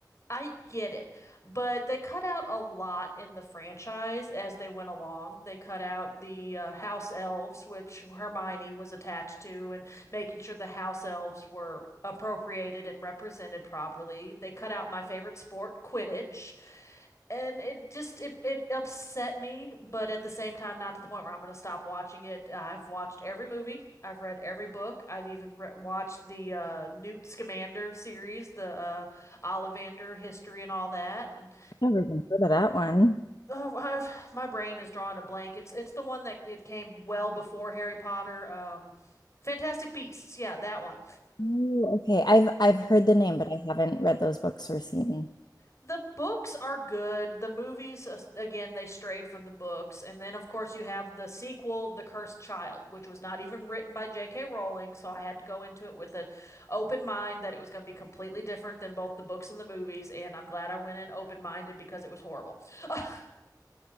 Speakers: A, on the left; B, on the left.
A: I get it. But they cut out a lot in the franchise as they went along. They cut out the uh, house elves, which Hermione was attached to, and making sure the house elves were appropriated and represented properly. They cut out my favorite sport, Quidditch and it just it, it upset me but at the same time not to the point where i'm going to stop watching it i've watched every movie i've read every book i've even re- watched the uh, newt scamander series the uh, ollivander history and all that and
B: Never even heard of that one.
A: uh, I've, my brain is drawing a blank it's it's the one that it came well before harry potter um, fantastic beasts yeah that one
B: Oh, okay. I've I've heard the name, but I haven't read those books or seen.
A: The books are good. The movies, uh, again, they strayed from the books. And then, of course, you have the sequel, The Cursed Child, which was not even written by J.K. Rowling. So I had to go into it with an open mind that it was going to be completely different than both the books and the movies. And I'm glad I went in open minded because it was horrible. <laughs>